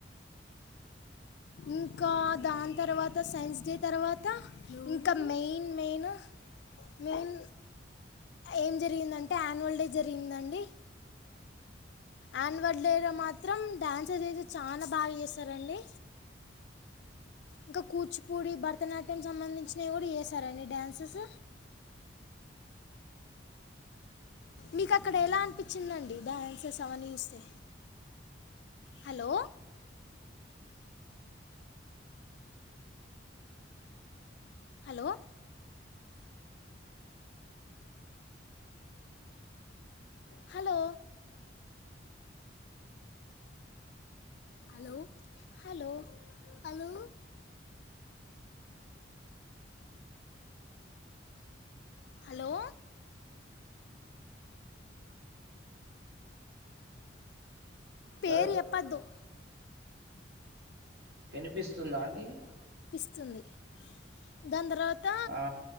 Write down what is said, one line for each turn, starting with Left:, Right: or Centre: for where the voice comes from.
Left: ఇంకా దాని తర్వాత సైన్స్ డే తర్వాత, ఇంకా మెయిన్ మెయిన్ మెయిన్ ఏం జరిగిందంటే యాన్యువల్ డే జరిగిందండి. అన్యువల్ డే లో మాత్రం డాన్సెస్ అయితే చానా బాగా చేశారు అండి, ఇంకా కూచిపూడి భరతనాట్యం సంబంధించినవి కూడా చేస్తారండి డ్యాన్సెస్ మీకు అక్కడ ఎలా అనిపించిందండి డాన్సెస్ అవి అన్ని చూస్తే hello hello hello hello hello hello hello పేరు
Right: ఆ
Left: చెప్పద్దు
Right: వినిపిస్ స్తుందా అండి
Left: స్తుంది దాన్ తర్వాత
Right: ఆ